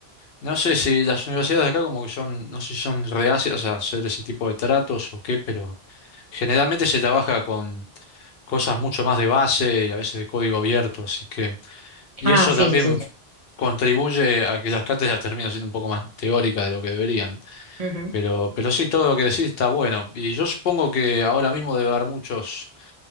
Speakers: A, on the left; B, on the right.
A: No sé si las universidades de acá como que son, no sé si son reacias a hacer ese tipo de tratos o qué, pero generalmente se trabaja con cosas mucho más de base y a veces de código abierto, así que, y
B: Ah,
A: eso
B: sí,
A: también
B: sí, sí. sí.
A: contribuye a que las cátedras terminen siendo un poco más teóricas de lo que deberían.
B: Ujú,
A: Pero, pero sí, todo lo que decís está bueno. Y yo supongo que ahora mismo debe haber muchos,